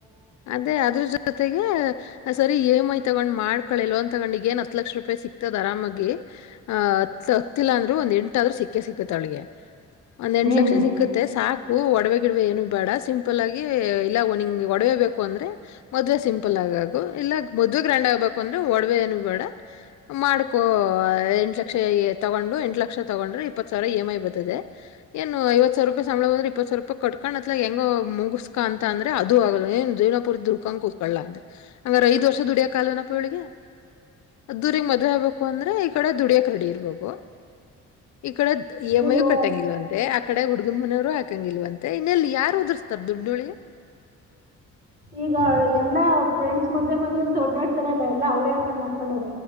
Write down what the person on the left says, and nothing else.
ಅದೇ ಅದ್ರ್ ಜೊತೆಗೆ ಸರಿ ಇಎಂಐ ತಗೊಂಡ್ ಮಾಡ್ಕೊಳ್ಳಿ ಲೋನ್ ತಗೊಂಡ್ ಈಗೇನ್ ಹತ್ ಲಕ್ಷ ರೂಪಾಯಿ ಸಿಗ್ತದೆ ಆರಾಮಾಗಿ ಆ ಹತ್ ಹತ್ತಿಲ್ಲ ಅಂ ಅದು ಒಂದ್ ಎಂಟಾದ್ರೂ ಸಿಕ್ಕೇ ಸಿಕ್ಕುತ್ತೆ ಅವ್ಳಿಗೆ ಒಂದ್ ಎಂಟ್
ಲಕ್ಷ ಸಿಕ್ಕುತ್ತೆ ಸಾಕು ಒಡವೆ ಡುವೆ ಏನು ಬ್ಯಾಡ ಸಿಂಪಲ್ಲಾಗಿ ಏ ಇಲ್ಲಾವು ನಿಂಗ ಒಡವೆೇಬೇಕು ಅಂದ್ರೆ ಮದ್ವೆ ಸಿಂಪಲ್ ಆಗಿ ಆಗು ಇಲ್ಲಾ ಮದ್ವೆ ಗ್ರ್ಯಾಂಡ್ ಆಗ್ಬೇಕು ಅಂದ್ರೆ ಒಡವೆ ಏನು ಬೇಡ ಮಾಡ್ಕೊ ಎಂಟ್ ಲಕ್ಷ ತಗೊಂಡು ಎಂಟ್ ಲಕ್ಷ ತಗೊಂಡ್ರೆ ಇಪ್ಪತ್ ಸಾವಿರ ಇ ಎಮ್ ಐ ಬರ್ತದೆ ಇನ್ನು ಐವತ್ ಸಾವ್ರ ರೂಪಾಯ್ ಸಂಬಳ ಬಂದ್ರೆ ಇಪ್ಪತ್ ಸಾವಿರ ರೂಪಾಯಿ ಕಟ್ಕೊಂಡ್ ಅತ್ಲ ಹೆಂಗೋ ಮುಗಸ್ ಕಾ ಅಂತ ಅಂದ್ರೆ ಅದು ಆಗಲ್ಲ ಏನ್ ಜೀವನಪುರ್ತಿ ದುಡ್ಕೊಂಡು ಕೂತ್ಕೊಳ್ಳ ಅಂದ್ರ ಹಂಗಾರ್ ಐದ್ವರ್ಷ ದುಡಿಯಕ್ಕಾಲ್ವೇನಪ್ಪ ಇವ್ಳಿಗೆ. ಅದ್ದೂರಿಗ್ ಮದ್ವೆ ಆಗ್ಬೇಕು ಅಂದ್ರೆ ಈ ಕಡೆಗ್ ದುಡಿಯಕ್ ರೆಡಿ ಇರ್ಬೇಕು. ಈ ಕಡೆ ಇಎಂಐ
ಯು ಕಟ್ಟಂಗಿಲ್ವಂತೆ ಆ ಕಡೆ ಹುಡುಗ್ ಗುನ್ ಮನೆಯವ್ರು ಹಾಕಂಗಿಲ್ವಂತೆ ಇನ್ನಲ್ಲಿ ಯಾರು ಉದುರಿಸ್ತಾರೆ ದುಡ್ಡು ಇವ್ಳಿಗೆ.